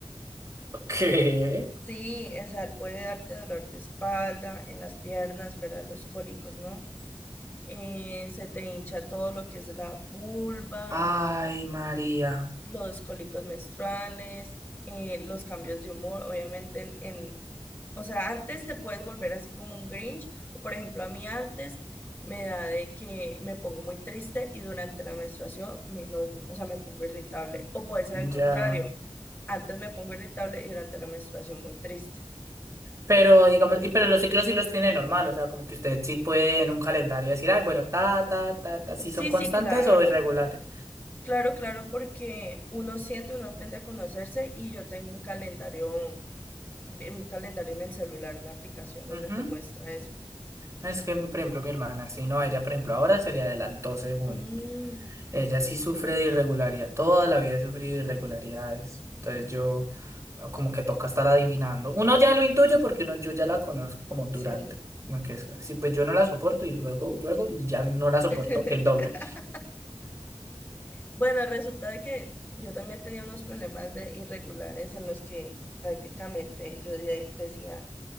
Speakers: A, on the right; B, on the left.
A: ¿Qué?
B: Sí, o sea, él puede darte dolor de espalda, en las piernas, fuera de los cólicos, ¿no? Eh, se te hincha todo lo que es la vulva,
A: Ay, María,
B: los cólicos menstruales, eh, los cambios de humor, obviamente en, en O sea, antes te puedes volver así como un Grinch. o Por ejemplo, a mí antes me da de que me pongo muy triste y durante la menstruación me enojo, o sea, me pongo irritable. O puede ser al contrario,
A: ya.
B: antes me pongo irritable y durante la menstruación muy triste.
A: Pero digamos, y pero los ciclos sí los tiene normal, o sea, como que usted sí puede en un calendario decir, ay, bueno, ta, ta, ta, ta, si son
B: Sí,
A: constantes
B: sí, claro,
A: o irregulares.
B: claro, claro, porque uno siente, uno aprende a conocerse y yo tengo un calendario, un calendario en el celular, una aplicación donde
A: Ujú.
B: te muestra eso.
A: No es que, por ejemplo, mi hermana, si no, a ella, por ejemplo, ahora se le adelantó según.
B: Mm,
A: Ella
B: ok,
A: sí sufre de irregularidad, toda la vida he sufrido de irregularidades. Entonces yo eh, como que toca estar adivinando. Uno ya lo intuye porque uno, yo ya la conozco como durante.
B: sí.
A: Como que es, sí, pues yo no la soporto y luego, luego ya no la soporto
B: <laughs>
A: el doble.
B: Bueno, resulta de que yo también tenía unos problemas de irregulares en los que prácticamente yo de- decía,